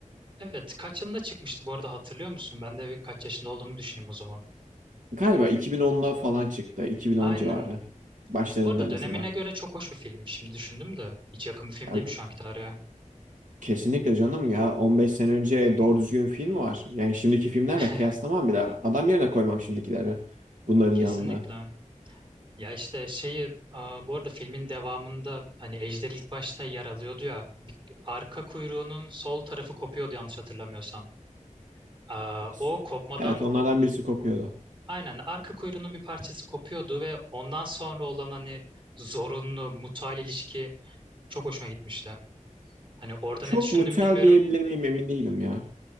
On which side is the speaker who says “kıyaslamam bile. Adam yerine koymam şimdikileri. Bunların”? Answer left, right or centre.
Right